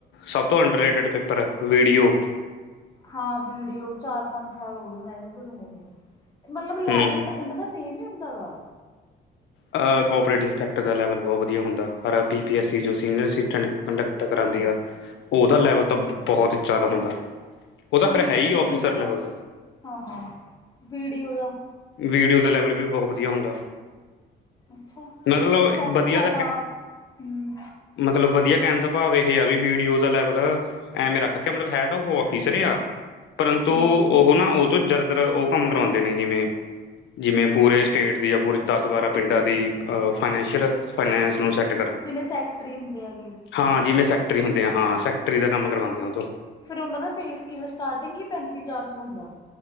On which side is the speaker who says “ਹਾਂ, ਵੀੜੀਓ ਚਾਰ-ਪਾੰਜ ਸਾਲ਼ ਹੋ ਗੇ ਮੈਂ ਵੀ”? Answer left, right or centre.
Left